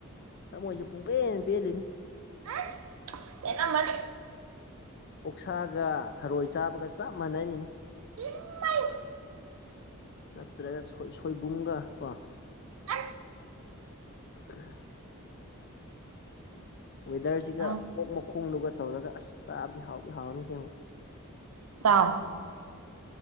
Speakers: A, on the left (about 45°); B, on the right (about 75°).
A: ꯊꯃꯣꯏꯁꯦ ꯄꯨꯡꯄꯦꯟ ꯄꯦꯜꯂꯤꯅꯤ
B: ꯑ ꯌꯦꯟꯅ ꯃꯅꯤ
A: ꯑꯣꯛꯁꯥꯒ ꯊꯔꯣꯏ ꯆꯥꯕꯒ ꯆꯞ ꯃꯥꯟꯅꯅꯤꯅꯦ
B: ꯏ
A: ꯅꯠꯇ꯭ꯔꯒꯣꯏ ꯁꯣꯏꯕꯨꯝꯒ ꯀꯣ
B: ꯑ
A: ꯑ ꯋꯦꯗꯔꯁꯤꯒ
B: ꯅꯪ
A: ꯑꯣꯛ ꯃꯈꯣꯡꯗꯨꯒ ꯇꯧꯔꯒ ꯑꯁ ꯆꯥꯕꯗꯤ ꯍꯥꯎꯗꯤ ꯍꯥꯎꯔꯅꯤꯁꯦ ꯑꯃꯛ
B: ꯆꯥꯎ